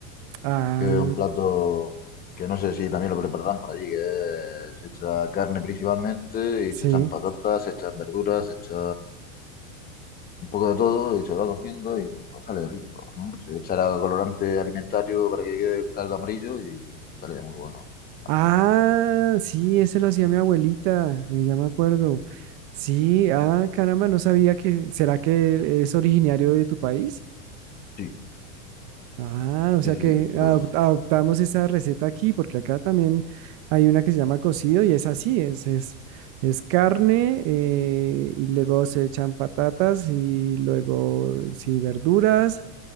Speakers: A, on the right (about 40°); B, on the left (about 20°).
A: Ah,
B: que es un plato que no sé si también lo prepararán por allí, que es- se echa carne principalmente y
A: sí.
B: se echan patatas, se echan verduras, se echa un poco de todo y se va cociendo y pues, sale rico, ¿no? Se echará colorante alimentario para que quede el caldo amarillo y sale muy bueno también.
A: Ah, sí, ese lo hacía mi abuelita, eh, ya me acuerdo. Sí, ah, caramba, no sabía que, ¿será que es originario de tu país?
B: Sí,
A: Ah, o
B: sí,
A: sea
B: sí,
A: que
B: eso.
A: adop- adoptamos esa receta aquí, porque acá también hay una que se llama cocido y es así, es, es, es carne eh, y luego se echan patatas y luego sí verduras